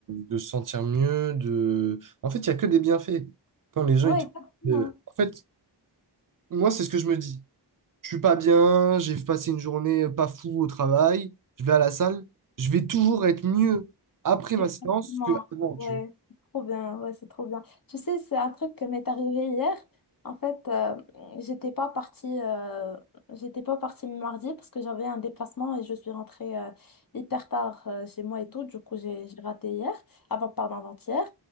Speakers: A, on the right; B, on the left.
A: de se sentir mieux, de... En fait, il n'y a que des bienfaits. Quand les gens,
B: Oui,
A: ils te...
B: exactement.
A: euh, En fait, moi, c'est ce que je me dis. Je suis pas bien, j'ai passé une journée pas fou au travail, je vais à la salle, je vais toujours être mieux après
B: Exactement.
A: ma séance que avant,
B: Ouais,
A: tu vois.
B: c'est trop bien. Ouais, c'est trop bien. Tu sais, c'est un truc qui m'est arrivé hier. En fait, euh, j'étais pas partie, euh, j'étais pas partie mardi parce que j'avais un déplacement et je suis rentrée euh, hyper tard euh, chez moi et tout. Du coup, j'ai j'ai raté hier, avant, pardon, avant-hier.